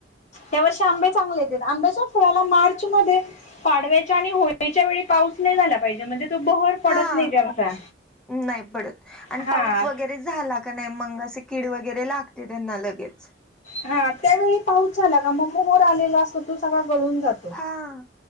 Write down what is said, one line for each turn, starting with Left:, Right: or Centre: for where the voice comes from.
Left: या वर्षी आंबे चांगले होते आंब्याच्या फळाला मार्च मध्ये पाडव्याच्या आणि होळीच्या वेळी पाऊस नाही झाला पाहिजे म्हणजे तो बहर पडत
Centre: हा
Left: नाही त्यांचा
Centre: नाही पडत आणि
Left: हा
Centre: पाऊस वगैरे झाला का नाही मंग असे कीड वगैरे लागते त्यांना लगेच
Left: हा त्यावेळी पाऊस झाला का मग मोहोर आलेला असतो तो सगळा गळून जातो
Centre: हा